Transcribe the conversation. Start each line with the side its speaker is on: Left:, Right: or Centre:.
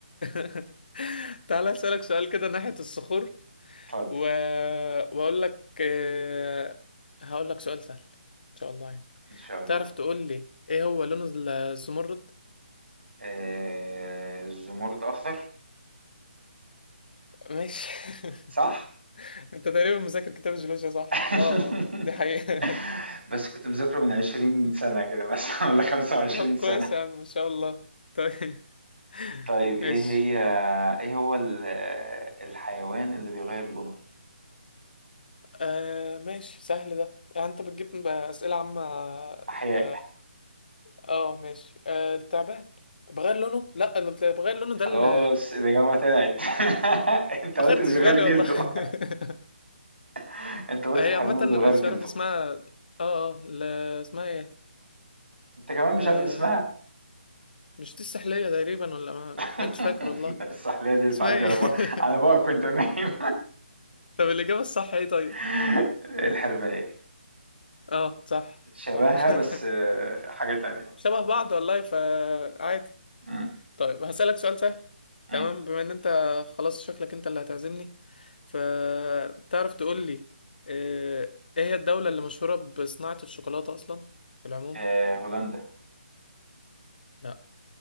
Left: <laughs> تعالى اسالك سؤال كده ناحيه الصخور
Right: اتفضل
Left: و... واقول لك آه... هقول لك سؤال سهل ان شاء الله يعني
Right: إن شاء الله
Left: تعرف تقول لي ايه هو لون ال- الزمرد
Right: إيه، الزمرد أخضر
Left: ماشي <laughs>
Right: صح
Left: انت تقريبا مذاكر كتاب الجيولوجيا صح
Right: <laughs>
Left: اه اه دي حقيقة
Right: بس كنت مذاكره من 20 سنة كده بس <laughs> ولا 25
Left: طب
Right: سنة
Left: كويس يا عم ما شاء الله طيب
Right: طيب
Left: <laughs>
Right: ايه
Left: ماشي
Right: هي ايه هو ال- الحيوان اللي بيغير لونه؟
Left: آه ماشي سهل ده يعني انت بتجيب ب- اسئله عامه
Right: احياء
Left: انت اه ماشي آه التعبان بغير لونه لا اللي بغير لونه
Right: خلاص
Left: ده اللي
Right: الإجابة طلعت <laughs> انت قلت
Left: ما خدتش
Right: اللي بيغير
Left: بالي
Right: جلده
Left: والله <laughs>
Right: <laughs> انت قلت
Left: هي
Right: الحيوان
Left: عامه
Right: اللي بيغير
Left: مش
Right: جلده
Left: عارف اسمها اه اه ل- اسمها ايه
Right: انت كمان مش
Left: آه
Right: عارف اسمها
Left: مش دي السحليه تقريبا ولا ما
Right: <laughs>
Left: مش فاكر والله
Right: السحلية دي بتعدي
Left: اسمها ايه
Right: على بقى على
Left: <laughs>
Right: بقى كنت نايم
Left: طب الاجابه الصح ايه طيب
Right: <laughs> الحرباية
Left: اه صح
Right: شبهها
Left: صح <laughs>
Right: بس آه، حاجة تانية
Left: شبه بعض والله فعادي
Right: مم.
Left: طيب هسألك سؤال سهل
Right: مم.
Left: تمام بما ان انت خلاص شكلك انت اللي هتعزمني فتعرف تقول لي آه، ايه هي الدولة اللي مشهورة بصناعة الشوكولاتة اصلا في العموم
Right: آه، هولندا
Left: لا